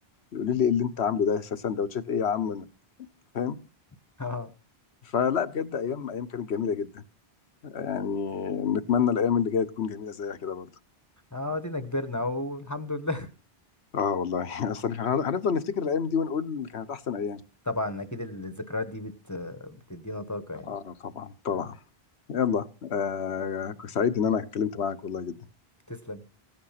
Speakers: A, on the left; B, on the left.
A: يقولوا لي ايه اللي انت عامله ده سندوتشات ايه يا عم فاهم
B: <laughs> اه
A: فلا بجد ايام ايام كانت جميلة جدا يعني نتمنى الايام اللي جاية تكون جميلة زيها كده برضه
B: اه دينا كبرنا اهو الحمد لله
A: اه والله <laughs> اصل هن- هنفضل نفتكر الايام دي ونقول كانت احسن ايام
B: <laughs> طبعا اكيد الذكريات دي بت بتدينا طاقه يعني
A: اه طبعا طبعا يلا آه سعيد ان انا اتكلمت معاك والله جدا
B: تسلم